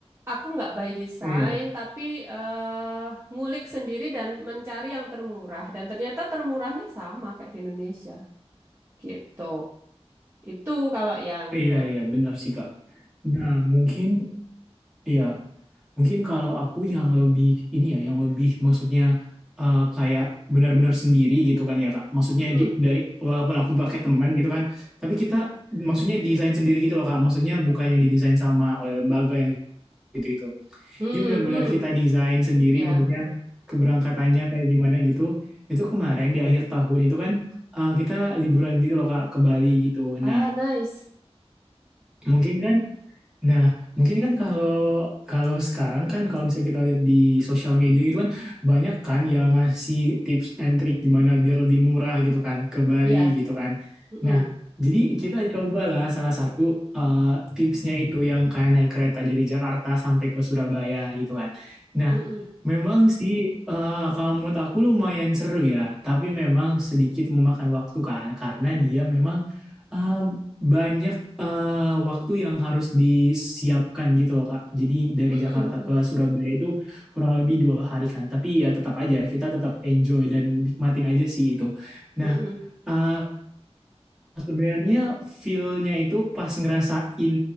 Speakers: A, on the right; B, in the centre.
A: aku nggak by design
B: iya,
A: tapi eh, ngulik sendiri dan mencari yang termurah. Dan ternyata termurahnya sama kayak di Indonesia gitu. Itu kalau yang
B: iya,
A: ke...
B: iya, benar sih, Kak. Nah, mungkin, iya, mungkin kalau aku yang lebih, ini ya, yang lebih maksudnya eh, kayak benar-benar sendiri gitu kan ya, Kak. Maksudnya
A: Mm-mm.
B: di, dari, walaupun aku pakai teman gitu kan, tapi kita, maksudnya desain sendiri gitu loh, Kak. Maksudnya bukan yang didesain sama oleh lembaga yang gitu-gitu.
A: Hmm,
B: Ini benar-benar
A: hmm.
B: kita desain sendiri
A: Ya.
B: maksudnya
A: hmm.
B: keberangkatannya kayak gimana gitu. Itu kemarin di akhir tahun itu kan eh, kita liburan gitu loh Kak ke Bali gitu.
A: Ah,
B: Nah,
A: nice.
B: mungkin kan Nah, mungkin kan kalau kalau sekarang kan kalau misalnya kita lihat di sosial media gitu kan banyak kan yang ngasih tips and trick gimana biar lebih murah gitu kan ke Bali
A: Ya.
B: gitu kan.
A: Mm-mm.
B: Nah, jadi kita cobalah salah satu eh, tipsnya itu yang kayak naik kereta dari Jakarta sampai ke Surabaya gitu kan. Nah,
A: Mm-mm.
B: memang sih eh, kalau menurut aku lumayan seru ya, tapi memang sedikit memakan waktu kan karena dia memang eh, banyak eh, waktu yang harus disiapkan gitu loh Kak. Jadi dari
A: Mhm
B: Jakarta
A: mhm
B: ke Surabaya itu kurang lebih dua hari kan. Tapi ya tetap aja kita tetap enjoy dan nikmatin aja sih itu. Nah,
A: mhm
B: eh, sebenarnya feel-nya itu pas ngerasain